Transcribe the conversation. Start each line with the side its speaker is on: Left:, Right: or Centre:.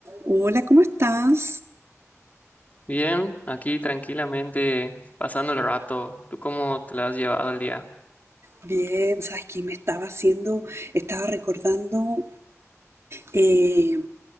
Right: Hola, ¿cómo estás?
Left: Bien, aquí tranquilamente pasando el rato. ¿Tú cómo te la has llevado el día?
Right: Bien, sabes que me estaba haciendo, estaba recordando eh,